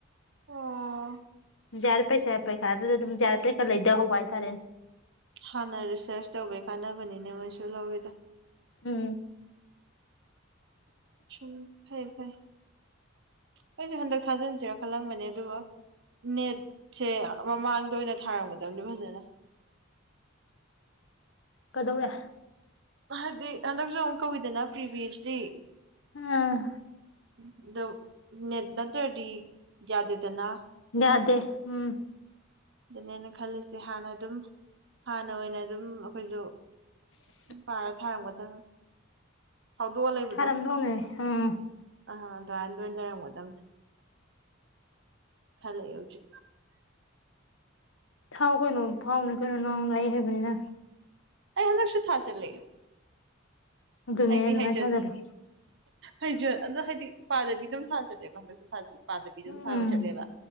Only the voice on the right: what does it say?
ꯑꯣ
ꯍꯥꯟꯅ ꯔꯤꯁꯔꯁ ꯇꯧꯕꯩ ꯀꯥꯟꯅꯕꯅꯤꯅꯦ ꯃꯣꯏꯁꯨ ꯂꯧꯔꯤꯗ
ꯎ ꯐꯩ ꯐꯩ ꯑꯩꯁꯨ ꯍꯟꯗꯛ ꯊꯥꯖꯤꯟꯁꯤꯔ ꯈꯜꯂꯝꯕꯅꯦ ꯑꯗꯨꯒ ꯅꯦꯠꯁꯦ ꯃꯃꯥꯡꯗ ꯑꯣꯏꯅ ꯊꯥꯔꯝꯒꯗꯕꯅꯦ ꯐꯖꯅ
ꯍꯥꯏꯗꯤ ꯍꯟꯗꯛꯁꯨ ꯑꯃꯨꯛ ꯀꯧꯋꯤꯗꯅ ꯄ꯭ꯔꯤꯚꯁꯇꯤ
ꯎ ꯑꯗꯣ ꯅꯦꯠ ꯅꯠꯇ꯭ꯔꯗꯤ ꯌꯥꯗꯦꯗꯅ
ꯑꯗꯨꯅꯦꯅ ꯈꯜꯂꯤꯁꯦ ꯍꯥꯟꯅ ꯑꯗꯨꯝ ꯍꯥꯟꯅ ꯑꯣꯏꯅ ꯑꯗꯨꯝ ꯑꯩꯈꯣꯏꯁꯨ
ꯎ ꯄꯥꯔꯦ ꯊꯥꯔꯝꯒꯗꯕꯅꯤ ꯐꯥꯎꯗꯣꯛꯑ ꯂꯩꯕꯗꯣ
ꯑ ꯑꯗꯨꯣꯥꯏꯣꯏ ꯂꯩꯔꯝꯒꯗ ꯈꯂꯦ ꯌ ꯍꯧꯖꯤ
ꯑꯩ ꯍꯟꯗꯁꯨ ꯊꯥ ꯆꯂꯦ
ꯑꯩꯒꯤ
ꯍꯩꯖꯁꯦ
ꯍꯩꯖ ꯑꯗꯣ ꯍꯥꯏꯗꯤ ꯄꯥꯖꯕꯤ ꯑꯗꯨꯝ ꯊꯥꯖꯔꯦꯀꯣ ꯍꯟꯗꯛ ꯄꯥꯗꯕꯤ ꯑꯗꯨꯝ
ꯊꯥꯕ ꯆꯠꯂꯦꯕ